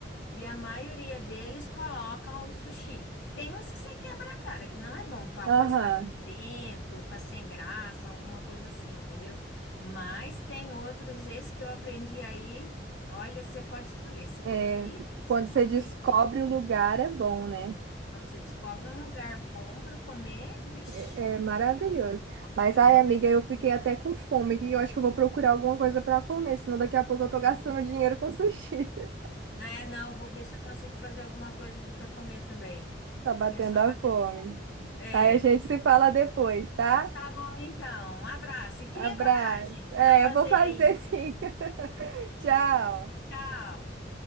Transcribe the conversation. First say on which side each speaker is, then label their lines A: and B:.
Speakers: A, on the left; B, on the right.
A: E a maioria deles colocam o sushi. Tem uns que você quebra a cara, que não é bom, que o arroz
B: Aham.
A: tá grudento, tá sem graça, alguma coisa assim, entendeu? Mas tem outros, esse que eu aprendi aí. Olha, você pode escolher. Você come
B: É,
A: pizza,
B: quando
A: você
B: você
A: come.
B: descobre o lugar, é bom, né?
A: Quando você descobre um lugar bom para comer, vixe,
B: É, é maravilhoso.
A: é, um-
B: Mas,
A: é
B: ai,
A: uma
B: amiga,
A: beleza.
B: eu fiquei até com fome aqui. Eu acho que eu vou procurar alguma coisa para comer, senão daqui a pouco eu tô gastando dinheiro com sushi. <laughs>
A: É, não, vou ver se eu consigo fazer alguma coisa aqui para comer também.
B: Tá batendo
A: Vem só
B: a
A: bater
B: fome.
A: fome. É.
B: Aí a gente se fala depois, tá?
A: Tá bom, então. Um abraço e cria
B: Abraço.
A: coragem
B: É,
A: para fazer
B: eu vou fazer
A: aí.
B: sim. <laughs> Tchau.
A: Tchau.